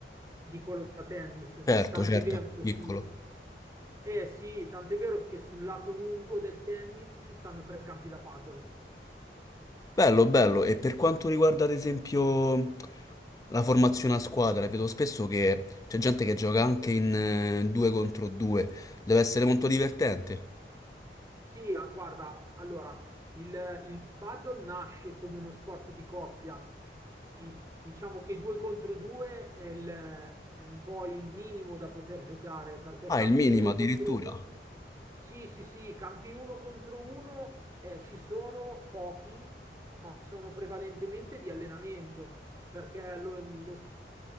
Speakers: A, on the right; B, on the left.
A: di quello da tennis,
B: Certo,
A: tant'è
B: certo,
A: vero che
B: piccolo.
A: sul- eh sì, tant'è vero che sul lato lungo del tennis ci stanno tre campi da paddle.
B: Bello, bello. E per quanto riguarda, ad esempio, la formazione a squadra, vedo spesso che c'è gente che gioca anche in eh, due contro due. Deve essere molto divertente.
A: Sì, ah, guarda, allora, il, il paddle nasce come uno sport di coppia. Diciamo che due contro due è, il- è un po' il minimo da poter giocare, perché
B: Ah,
A: campi
B: il minimo
A: uno
B: addirittura.
A: contro uno. Sì, sì, sì, campi uno contro uno eh, ci sono pochi, ma sono prevalentemente di allenamento, perché lo, lo